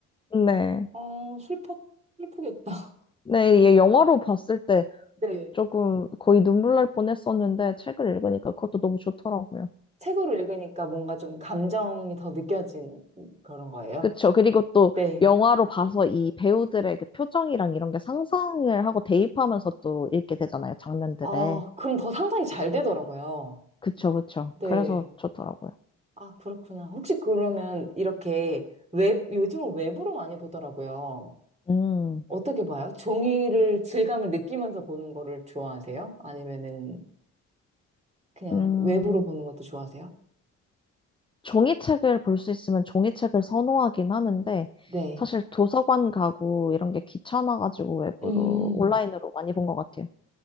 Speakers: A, on the left (about 15°); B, on the right (about 20°).
A: 네.
B: 어, 슬퍼, 슬프겠다.
A: 네, 이게 영화로 봤을 때
B: 네.
A: 조금 거의 눈물 날 뻔했었는데 책을 읽으니까 그것도 너무 좋더라고요.
B: 책으로 읽으니까 뭔가 좀 감정이 더 느껴진 그런 거예요?
A: 그쵸. 그리고 또
B: 네.
A: 영화로 봐서 이 배우들의 그 표정이랑 이런 게 상상을 하고 대입하면서 또 읽게 되잖아요. 장면들에.
B: 아, 그럼 더 상상이 잘 되더라고요.
A: 그쵸, 그쵸.
B: 네.
A: 그래서 좋더라고요.
B: 아, 그렇구나. 혹시 그러면 이렇게 웹, 요즘은 웹으로 많이 보더라고요.
A: 음,
B: 어떻게 봐요? 종이를 질감을 느끼면서 보는 거를 좋아하세요? 아니면은 그냥
A: 음,
B: 웹으로 보는 것도 좋아하세요?
A: 종이책을 볼 수 있으면 종이책을 선호하긴 하는데,
B: 네.
A: 사실 도서관 가고 이런 게 귀찮아가지고 웹으로,
B: 음.
A: 온라인으로 많이 본 것 같아요.